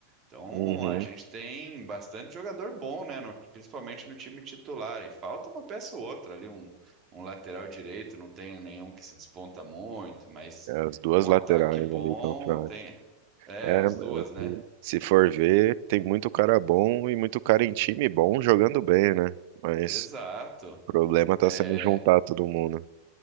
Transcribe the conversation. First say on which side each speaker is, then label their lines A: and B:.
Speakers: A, on the right; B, on the right.
A: Então
B: Uhum.
A: a gente tem bastante jogador bom, né? no- principalmente no time titular. E falta uma peça ou outra ali, um, um lateral direito, não tem nenhum que se desponta muito, mas
B: As duas
A: tem
B: laterais
A: um ataque bom,
B: ali estão fracas.
A: tem. É,
B: É,
A: as
B: mas
A: duas, né?
B: se, se for ver, tem muito cara bom e muito cara em time bom jogando bem, né? Mas
A: Exato.
B: o problema tá
A: É,
B: sendo juntar todo mundo.